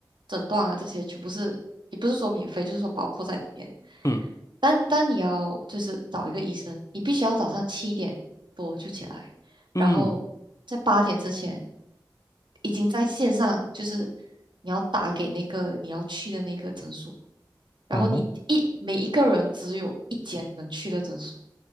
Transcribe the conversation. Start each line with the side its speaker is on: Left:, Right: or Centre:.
Right: 诊断啊，这些全部是也不是说免费，就是说包括在里面。
Left: 嗯
Right: 但但你要就是找一个医生，你必须要早上七点多就起来，
Left: 嗯，
Right: 然后在八点之前已经在线上，就是你要打给那个你要去的那个诊所，
Left: 哦吼
Right: 然后你一每一个人只有一间能去的诊所，